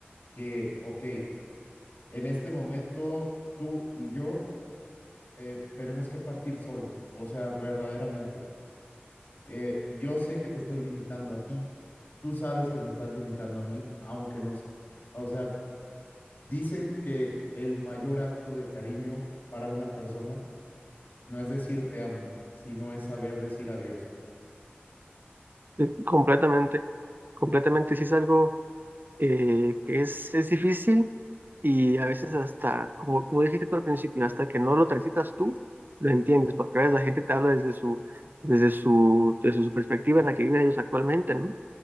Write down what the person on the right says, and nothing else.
Eh, Completamente, completamente. Sí es algo eh, que es, es difícil y a veces hasta, como, como dijiste tú al principio, hasta que no lo transitas tú, lo entiendes, porque a veces la gente te habla desde su, desde su, desde su perspectiva en la que viven ellos actualmente, ¿no?